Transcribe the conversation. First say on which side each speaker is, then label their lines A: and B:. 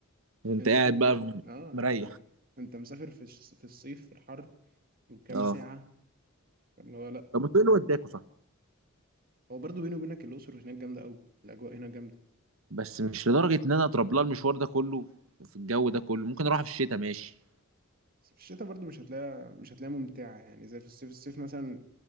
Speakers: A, on the right; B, on the right.
A: وانت
B: انت
A: قاعد
B: برضو
A: بقى م-
B: اه
A: مريح
B: انت انت مسافر في الش- في الصيف في الحر وكام
A: اه
B: ساعه اللي هو لا
A: طب ما تقول له وداكوا صح
B: هو برضو بيني وبينك الاقصر هناك جامده قوي الاجواء هناك جامده
A: بس مش لدرجه ان انا اضرب لها المشوار ده كله في الجو ده كله ممكن اروح في الشتاء ماشي
B: بس في الشتاء برضو مش هتلاقيها مش هتلاقيها ممتعه يعني زي في الصيف الصيف مثلا